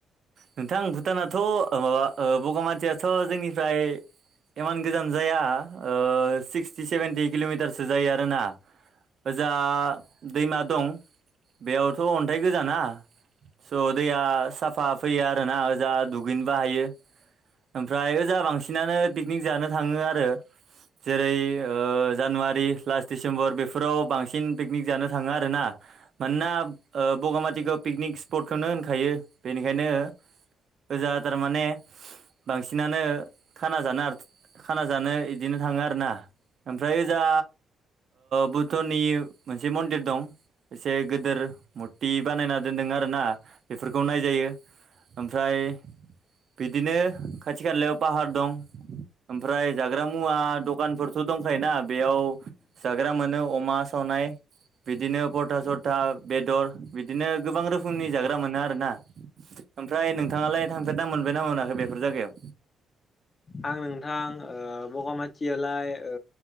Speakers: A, on the right; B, on the left.
A: नोंथां भुटानाथ' माबा बगामाथियाथ' जोंनिफ्राय इमान गोजान जाया ओ सिक्सटि सेभेेनटि किल'मिटारसो जायो आरोना । जा दैमा दं बेयावथ' अन्थाइ गोजाना स' दैया साफा फैयो आरोना ओजा दुगैनो हायो । ओमफ्राय ओजा बांसिनानो पिकनिक जानो थाङो आरो। जेरै ओ जानुवारि लास्ट डिसिम्बर बेफोराव बांसिन पिकनिक जानो थाङो आरोना। मानोना ओ बगामातिखौ पिकनिक स्पटखौनो होनखायो बेनिखायनो ओजा थारमाने बांसिनानो खाना जानो आरो खाना जानो इदिनो थाङो आरोना ओमफ्राय ओजा बुद्धनि मोनसे मन्दिर दं । एसे गिदिर मुरथि बानायना दोनदों आरो ना बेफोरखौ नायजायो ओमफ्राय बिदिनो खाथि खालायाव फाहार दं। ओमफ्राय जाग्रा मुवा दखानफोरथ' दंखायोना बेयाव जाग्रा मोनो अमा साव सावनाय बिदिनो फरथा सरथा बेदर बिदिनो गोबां रोखो खोमनि जाग्रा मोनो आरो ना। ओमफ्राय नोंथाङालाय थांफेरना मोनबायना मोनाखै बेफोर जायगायाव?
B: आं नोंथां ओ बगामाथियालाय ओ